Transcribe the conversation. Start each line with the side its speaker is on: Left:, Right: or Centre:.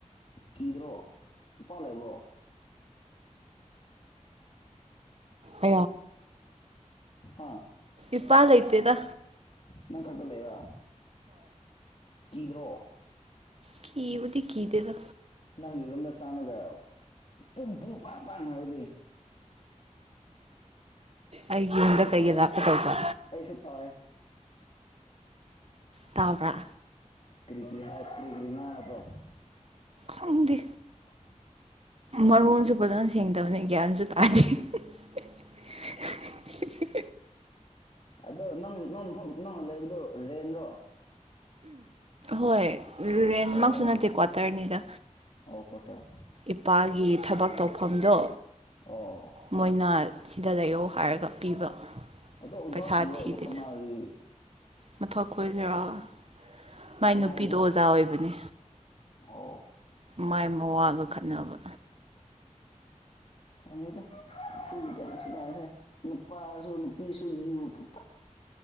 Left: ꯀꯤꯗ꯭ꯔꯣ ꯃꯄꯥꯜ ꯂꯩꯕ꯭ꯔꯣ
Right: ꯑ
Left: ꯍꯥ
Right: ꯏꯄꯥ ꯂꯩꯩꯇꯦꯗ
Left: ꯅꯪ ꯈꯛꯇ ꯂꯩꯕ ꯀꯤꯗ꯭ꯔꯣ
Right: ꯀꯤꯕꯨꯗꯤ ꯀꯤꯗꯦꯗ
Left: ꯅꯪꯒꯤ ꯔꯨꯝꯝꯗ ꯆꯥꯅꯒ ꯄꯨꯡ ꯄꯨꯡ ꯄꯥꯡ ꯄꯥꯡ ꯍꯥꯏꯕꯗꯤ
Right: ꯑꯩꯒꯤ ꯌꯨꯝꯗ
Left: ꯑꯩꯁꯨ
Right: ꯀꯩꯒꯤ
Left: ꯇꯥꯏ
Right: ꯂꯥꯛꯀꯗꯧꯕ
Left: ꯑꯁꯨ ꯇꯥꯏ
Right: ꯇꯕ꯭ꯔꯥ
Left: ꯀ꯭ꯔꯤ ꯀꯔꯤ ꯍꯥꯏ ꯀ꯭ꯔꯤ ꯀꯔꯤꯅꯗꯣ <unintelligible>
Right: ꯈꯪꯗꯤ
Left: <unintelligible>
Right: ꯃꯔꯣꯟꯁꯨ ꯐꯖꯅ ꯁꯦꯡꯗꯕꯅꯤ ꯒ꯭ꯌꯥꯟꯁꯨ ꯇꯥꯗꯦ <unintelligible>
Left: ꯑꯗꯣ ꯅꯪ ꯅꯪ ꯃꯐꯝ ꯅꯪꯅ ꯂꯩꯕꯗꯨꯣ ꯔꯦꯟ꯭ꯔꯣ
Right: ꯍꯣꯏ ꯔꯦꯟꯃꯛꯁꯨ
Left: ꯑꯣ
Right: ꯅꯠꯇꯦ ꯀ꯭ꯋꯥꯇꯔꯅꯤꯗ
Left: ꯑꯣ ꯀ꯭ꯋꯥꯇꯔ
Right: ꯏꯄꯥꯒꯤ ꯊꯕꯛ ꯇꯧꯐꯝꯗꯣ
Left: ꯑꯣ
Right: ꯃꯣꯏꯅ ꯁꯤꯗ ꯂꯩꯌꯣ ꯍꯥꯏꯔꯒ ꯄꯤꯕ
Left: ꯑꯗꯣ ꯑꯣꯖꯥꯁꯤꯡꯔꯣ
Right: ꯄꯩꯁꯥ ꯊꯤꯗꯦꯗ
Left: ꯑꯗ ꯈꯟꯅꯔꯗꯤ
Right: ꯃꯊꯛ ꯈꯣꯏꯁꯤꯔꯒ ꯃꯥꯏ
Left: ꯅꯪ
Right: ꯅꯨꯄꯤꯗꯣ
Left: ꯍꯧꯖꯤꯛ
Right: ꯑꯣꯖꯥ ꯑꯣꯏꯕꯅꯤ
Left: ꯑꯣ
Right: ꯃꯥꯏ ꯃ ꯋꯥꯒ ꯈꯠꯅꯕ
Left: ꯈꯗ ꯁꯤꯁꯨ ꯀꯁꯦ ꯅꯨꯄꯥꯁꯨ ꯅꯨꯄꯤꯁꯨ ꯌ <unintelligible>